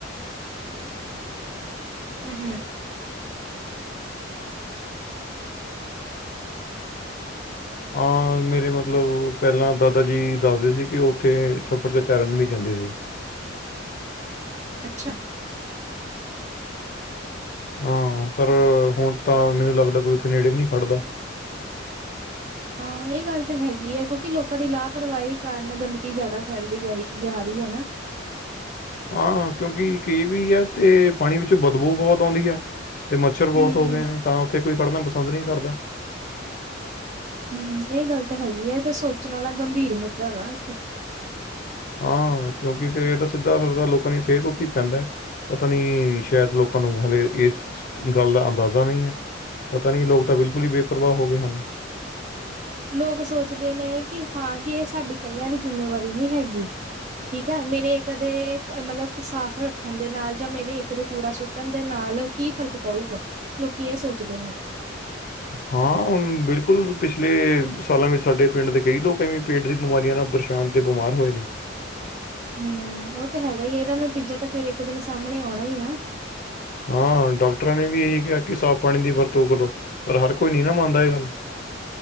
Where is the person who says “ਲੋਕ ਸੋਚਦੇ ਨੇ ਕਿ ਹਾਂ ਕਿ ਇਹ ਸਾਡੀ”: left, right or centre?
Right